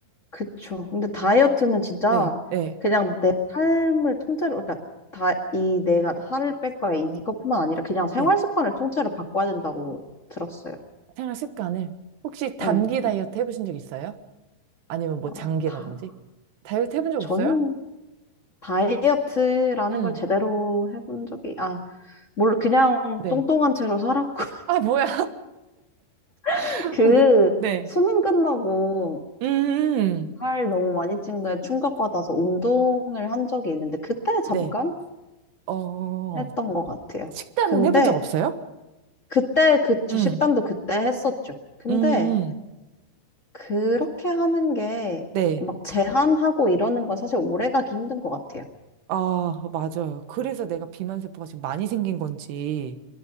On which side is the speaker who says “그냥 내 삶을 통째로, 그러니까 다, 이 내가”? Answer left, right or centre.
Left